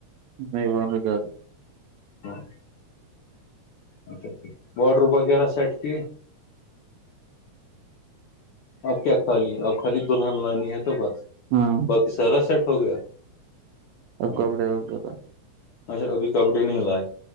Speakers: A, on the right; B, on the left.
A: نہیں زیادہ
B: ہاں اچھا اچھا واڈ رووم وغیرہ سیٹ کیے اب کیا خالی اب خالی دلہن لانی ہے تو بس
A: ہاں
B: باقی سارا سیٹ ہو گیا
A: اب
B: ہ
A: کپڑے وپڑے تھا
B: اچھا کبھی کپڑے نہیں لائے